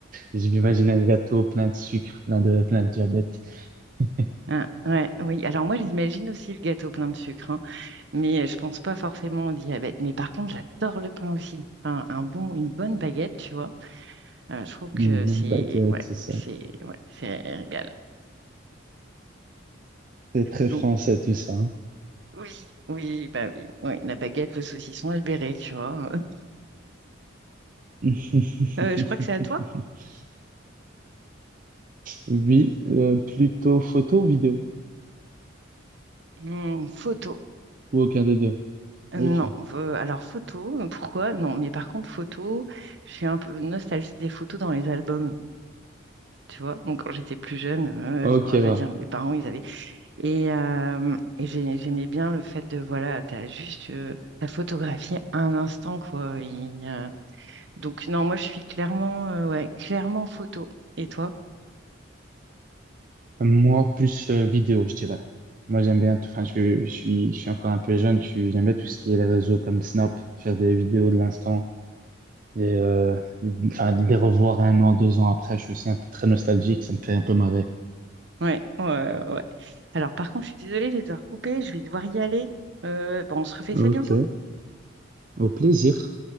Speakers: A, on the right; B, on the right.
A: Je m'imagine un gâteau plein de sucre, plein de, plein de diabète. <laughs>
B: Ah, ouais, oui. Alors moi, j'imagine aussi le gâteau plein de sucre, hein, mais euh, je pense pas forcément au diabète. Mais par contre, j'adore le pain aussi. Enfin, un bon, une bonne baguette, tu vois. Euh, je trouve que
A: Une bonne
B: c'est
A: baguette,
B: ouais,
A: c'est ça.
B: c'est ouais, c'est un régal.
A: C'est très
B: Donc
A: français tout ça. hein.
B: oui, oui, bah oui, ouais, la baguette, le saucisson et le béret, tu vois. <laughs>
A: <laughs>
B: Euh, je crois que c'est à toi.
A: Oui, euh, plutôt photo ou vidéo?
B: Hmm, photo.
A: Ou aucun des deux?
B: Euh,
A: Ok.
B: Non, euh, alors photo, euh, pourquoi? Non, mais par contre photo, je suis un peu nostalgique des photos dans les albums, tu vois. Donc quand j'étais plus jeune, euh,
A: Ok,
B: enfin, je
A: ouais.
B: veux dire, mes parents, ils avaient et, euh, et j'ai- j'aimais bien le fait de voilà, t'as juste euh, t'as photographié un instant quoi. Et, euh, Donc non, moi je suis clairement, euh, ouais, clairement photo. Et toi?
A: Moi, plus euh, vidéo, je dirais. Moi, j'aime bien tout. Enfin, je, je suis, je suis encore un peu jeune. Je suis, j'aime bien tout ce qui est les réseaux comme Snap, faire des vidéos de l'instant et euh, enfin, de les revoir un an, deux ans après. Je suis aussi un peu très nostalgique. Ça me fait un peu marrer.
B: Ouais, ouais, ouais. Alors par contre, je suis désolée, je vais devoir couper, je vais devoir y aller. Euh, bon, on se refait
A: Ok,
B: ça bientôt.
A: au plaisir.